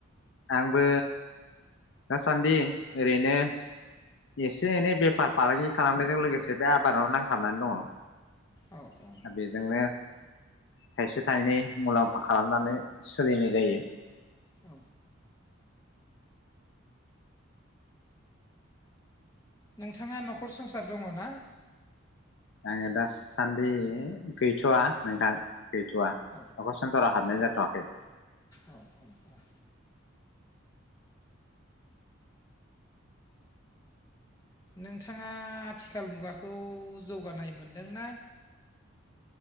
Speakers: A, on the left (about 60°); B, on the left (about 15°).
A: आंबो दासान्दि ओरैनो एसे एनै बेफार फालांगि खालामनायजों लोगोसे बे आबादाव नांथाबनानै दङ।
B: औ औ
A: बेजोंनो थाइसे थाइनै मुलाम्फा खालामनानै सोलिनाय जायो।
B: औ नोंथाङा न'खर संसार दङ ना?
A: आङो दासान्दि गैथ'वा नोंथां। गैथ'आ न'खर
B: औ
A: संसाराव हाबनाय जाथ थाङाखै।
B: औ औ औ। नोंथाङा आथिखाल मुगाखौ जौगानाय मोनदोंना?